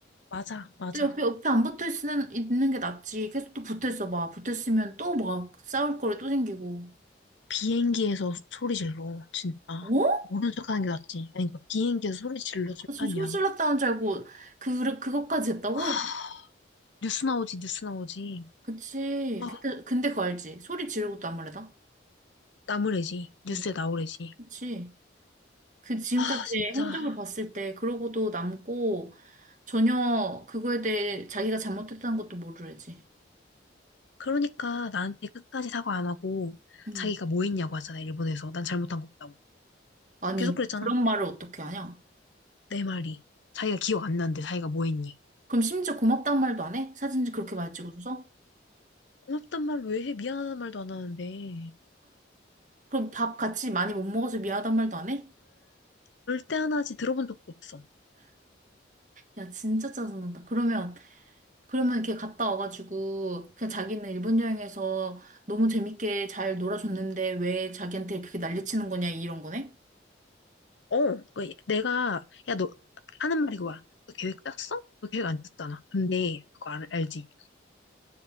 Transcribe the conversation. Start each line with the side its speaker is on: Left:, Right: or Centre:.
Left: 맞아, 맞아.
Right: 근데 옆에, 옆에 안 붙어 있는, 있는 게 낫지. 계속 또 붙어 있어 봐. 붙어 있으면 또 막 싸울 거리 또 생기고.
Left: 비행기에서 소리 질러, 진짜.
Right: 어?
Left: 모른 척하는 게 낫지. 아니, 그러니까 비행기에서 소리 질러 술탄이야.
Right: 나 지금 소리 질렀다는 줄 알고, 그, 그것까지 했다고?
Left: 아 뉴스 나오지, 뉴스 나오지.
Right: 그치.
Left: 아,
Right: 근데, 근데 그거 알지? 소리 지르고도 안무래다
Left: 나무래지. 뉴스에
Right: 응.
Left: 나오래지.
Right: 그치. 그 지금까지
Left: 아, 진짜.
Right: 행적을 봤을 때, 그러고도 남고, 전혀 그거에 대해 자기가 잘못했다는 것도 모르지.
Left: 그러니까 나한테 끝까지 사과 안 하고
Right: 응.
Left: 자기가 뭐 했냐고 하잖아, 일본에서. 난 잘못한 거 없다고.
Right: 아니,
Left: 계속 그랬잖아.
Right: 그런 말을 어떻게 하냐?
Left: 내 말이. 자기가 기억 안 나는데 자기가 뭐 했니?
Right: 그럼 심지어 고맙다는 말도 안 해? 사진 그렇게 많이 찍어줘서?
Left: 고맙단 말 왜 해? 미안하다는 말도 안 하는데.
Right: 그럼 밥 같이 많이 못 먹어서 미안하단 말도 안 해?
Left: 그럴 때 하나지 들어본 적도 없어.
Right: 야, 진짜 짜증난다. 그러면, 그러면 걔 갔다 와가지고, 그냥 자기는 일본 여행에서 너무 재밌게 잘 놀아줬는데 왜 자기한테 그렇게 난리치는 거냐, 이런 거네?
Left: 어, 그 내가 야 너 하는 말이 그거야. 너 계획 짰어? 너 계획 안 짰잖아. 근데 그거 알, 알지?